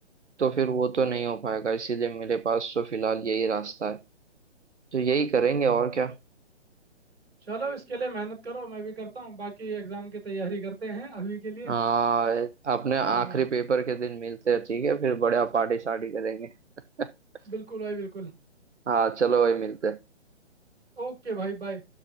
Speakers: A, on the right; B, on the right.
A: तो फिर वो तो नहीं हो पाएगा इसीलिए मेरे पास तो फिलहाल यही रास्ता है तो यही करेंगे और क्या
B: चलो इसके लिए मेहनत करो मैं भी करता हूँ बाकी एग्ज़ाम की तैयारी करते हैं अभी के लिए
A: हाँ अपने आखिरी
B: हाँ
A: पेपर के दिन मिलते हैं ठीक है फिर बढ़िया पार्टी शार्टी करेंगे <laughs>
B: बिल्कुल भाई बिल्कुल
A: हाँ चलो भाई मिलते हैं
B: ओके भाई बाय